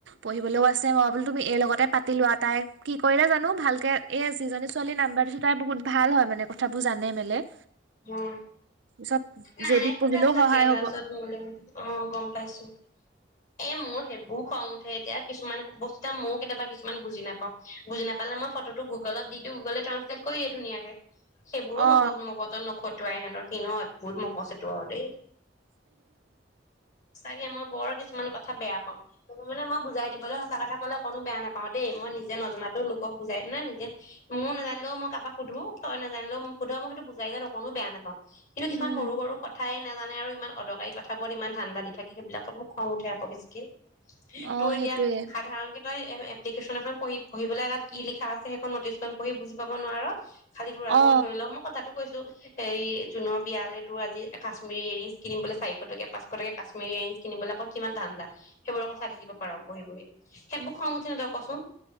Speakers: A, on the right; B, on the left.
A: পঢ়িবলৈও আছে মই বোলো তুমি এই লগতে পাতি লোৱা তাই কি কৰিলে জানো ভাল কে, এ যিজনী ছোৱালীৰ নাম্বাৰ দিছো তাই বহুত ভাল হয় মানে কথাবোৰ জানে মেলে।
B: উম!
A: পিছত
B: নাই
A: জে বিত
B: সুধা
A: পঢ়িলেও
B: চাগে
A: সহায়
B: তাৰপিছত
A: হ'ব
B: অ' গম পাইছো‌। এ মোৰ সেইবোৰো খং উঠে এতিয়া কিছুমান বস্তু মইয়ো কেতিয়াবা কিছুমান বুজি নাপাওঁ, বুজি নাপালে মই ফটোটো গুগলত দি দিওঁ গুগলে ট্ৰাঞ্চলেট কৰি দিয়ে ধুনীয়াকে। সেইবোৰো
A: অ
B: মগজ মগজত নখতোৱায় তই ইহঁতৰ <unintelligible> <unintelligible> বহুত‌ মগজ সেইটো আৰু দেই। চাগে মই বৰ কিছু কিছুমান কথা বেয়া পাওঁ। মানে মই বুজাই দিবলৈ সঁচা কথা ক'লে অকনো বেয়া নাপাওঁ। পাওঁ দেই মই নিজে নজনাতো লোকক বুজাই দিম নহয় মোয়ো নাজানিলেও মই কাবাক সুধো, তই নাজানিলে মোক সোধ। মই সেইটো বুজাই দিয়াত অকনো বেয়া নাপাও। কিন্তু কিছুমান
A: উম
B: সৰু সৰু কথাই নাজানে আৰু ইমান অদৰকাৰী কথা বোৰত ইমান ধান্দা দি থাকে সেইবিলাকত মোৰ খং উঠে আকৌ বেছিকে।
A: অ
B: তোৰ
A: সেইটোৱে
B: এতিয়া সাধাৰণকে তই এপ্লিকেশন এখন পঢ়ি - পঢিবলৈ তাত কি লিখা আছে সেইখন নতিছখন পঢ়ি বুজি পাব নোৱাৰ। খালি তোৰ আকৌ
A: অ
B: ধৰি ল মই কথাটো কৈছো হেৰি জুনৰ বিয়ালে তোৰ আজি কাশ্মিৰী ইয়েৰিংছ কিনিবলে চাৰিশ টকীয়া পাঁশটকীয়া কাশ্মীৰ ইয়েৰিংছ কিনিবলৈ আকৌ কিমান ধান্দা। সেইবোৰ আকৌ চাই থাকিব পাৰ বহি বহি। সেইবোৰ খং উঠে নাই তই কচোন?